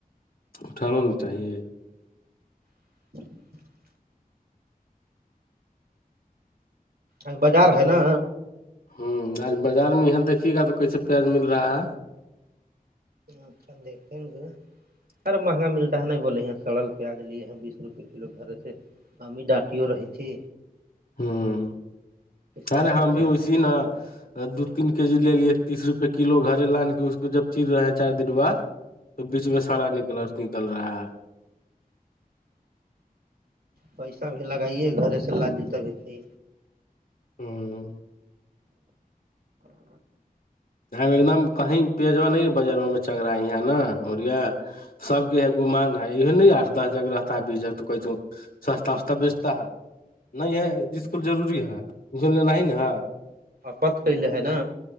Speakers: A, on the left; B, on the right.
A: اٹھانا نا چاہیے
B: <unintelligible> اب بازار ہے نا
A: ہوں آج بازار میں یہاں دیکھیے گا تو کیسے پیاز مل رہا ہے
B: اچھا دیکھیں گ سر مہنگا ملتا کیا نہیں بولے ہیں سڑل پیاز لیے ہیں بیس روپے کلو گھر سے ہمیں ڈاٹیو رہیچے
A: ہوں
B: سرل
A: ارے ہم
B: پیاج
A: بھی اسی ن دو تین کے جی لے تیس روپے کلو گھرے لان کے اس کو جب چر رہے ہیں چار دن بع تو بیچ میں سارا نکل نکل رہا ہے
B: پیسہ بھی لگائیے گھرے سے لا جتا بھی تھی
A: ہوں ایک دم کہیں پیا نہیں بر چگ رہا یہ نا ا سب کے گمان ہے یہ ن آٹھ دس جگ رہتا ہے بیس جگ تو کہ سستا وستا بیچتا ہے نہیں ہے اسکول ضوری ہے اسول ل ہی ن ہے
B: آت کے لیے ہے نا